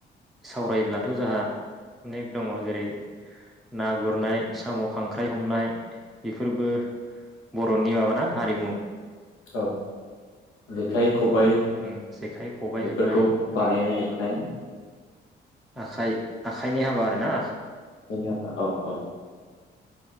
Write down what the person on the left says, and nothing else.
औ जेखाइ खबाइ
बेफोरखौ
बानायनाय
हेबनाय
<unintelligible> औ औ